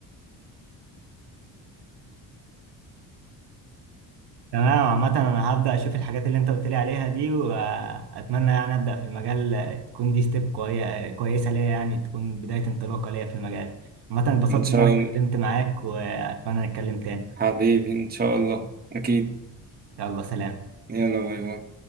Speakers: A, on the right (about 65°); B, on the right (about 20°).
A: تمام عامة انا هبدأ اشوف الحاجات اللي انت قلت لي عليها دي واتمنى يعني ابدأ في المجال تكون دي ستيب كوي... كويسة ليا يعني تكون بداية انطلاقة ليا في المجال عامة اتبسطت
B: ان شاء
A: ان انا اتكلمت
B: الله
A: معاك واتمنى نتكلم تاني
B: حبيبي ان شاء الله اكيد
A: يلا سلام
B: يلا باي باي